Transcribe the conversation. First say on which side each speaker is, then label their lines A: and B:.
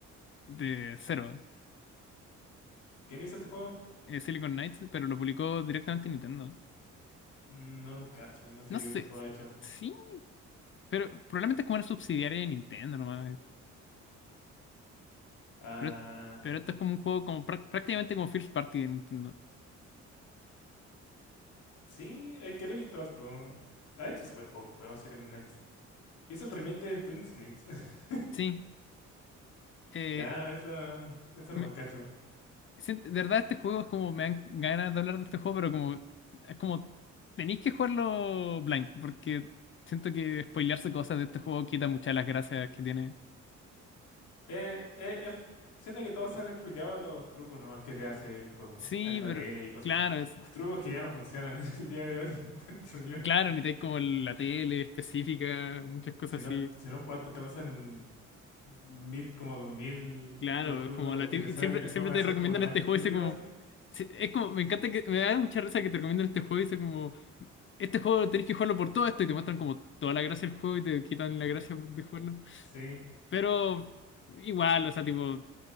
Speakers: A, on the left; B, on the left.
A: de cero.
B: ¿Quién hizo este juego?
A: eh, Silicon Knights, pero lo publicó directamente Nintendo.
B: Mm, No lo cacho, no sé
A: No
B: qué
A: sé,
B: otro juego ha hecho.
A: sí, pero probablemente es como una subsidiaria de Nintendo nomás.
B: Ah,
A: Pero, pero esto es como un juego como prá- prácticamente como first party de Nintendo.
B: sí, es que lo he visto harto. Ha hecho súper pocos juegos, serio, con Knights. Hizo el remake de Twin Snakes. <laughs>
A: Sí, eh,
B: Ya, eso, eso
A: me-
B: no me cacho.
A: sien- de verdad este juego es como me dan ganas de hablar de este juego, pero como es como tenéis que jugarlo blind, porque siento que spoilearse cosas de este juego quita muchas de las gracias que tiene.
B: Eh, eh, es- siento que todos se han spoileado los trucos nomás que te hace el juego
A: Sí,
B: en la
A: pero
B: tele y cosas.
A: claro, es,
B: Trucos que ya no funcionan <laughs> en el día de hoy, <laughs> encuentro yo.
A: claro, necesitáis como la tele específica, muchas cosas
B: Si no,
A: así.
B: si no jugaste esta cosa en mid como dos mil
A: Claro,
B: los trucos
A: como la
B: que
A: tip-
B: te salen
A: siempre,
B: en el juego
A: siempre
B: van
A: te
B: a ser
A: recomiendan
B: como lo más
A: este
B: estúpido
A: juego y sé como.
B: así.
A: se- Es como, me encanta que. Me da mucha risa que te recomiendan este juego y sé como. Este juego tenés que jugarlo por todo esto y te muestran como toda la gracia del juego y te quitan la gracia de jugarlo.
B: Sí,
A: Pero igual, o sea, tipo.